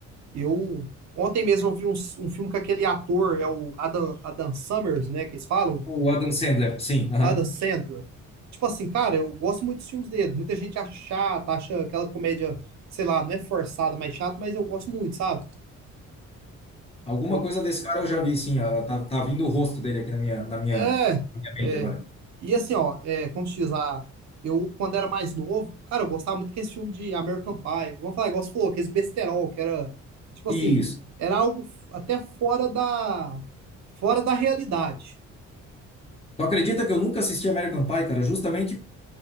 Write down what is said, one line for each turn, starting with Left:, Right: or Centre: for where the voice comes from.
Right: eu, ontem mesmo eu vi um, um filme com aquele ator, é o Adam, Adam Summers, né, que eles falam,
Left: O Adam Sandler, sim. aham.
Right: Adam Sandler. Tipo assim, cara, eu gosto muito dos filmes dele. Muita gente acha chata, acha aquela comédia, sei lá, não é forçada, mas chata, mas eu gosto muito, sabe?
Left: Alguma
Right: Eu,
Left: coisa desse cara eu já vi, sim. ah, Tá, tá vindo o rosto dele aqui na minha, na minha,
Right: é,
Left: na minha
Right: é.
Left: mente agora.
Right: E assim, ó, é, como se diz lá, eu, quando era mais novo, cara, eu gostava muito desse filme de American Pie. Vamos falar, igual você falou, aqueles besterol, que era, tipo
Left: Isso.
Right: assim, era algo f- até fora da, fora da realidade.
Left: Tu acredita que eu nunca assisti American Pie, cara? Justamente